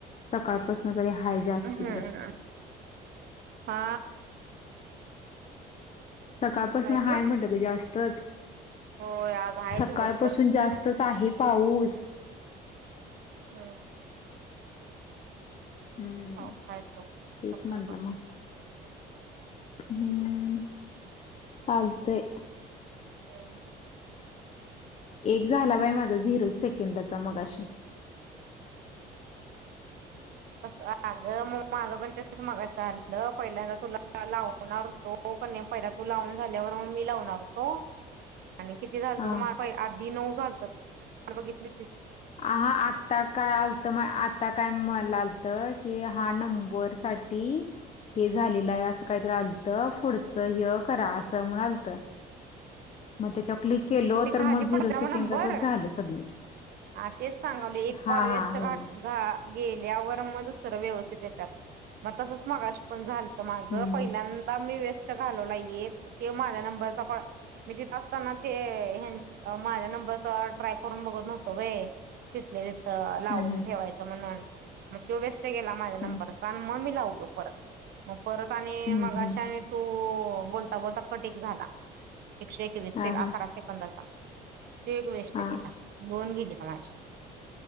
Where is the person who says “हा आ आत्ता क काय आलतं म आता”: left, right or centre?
Left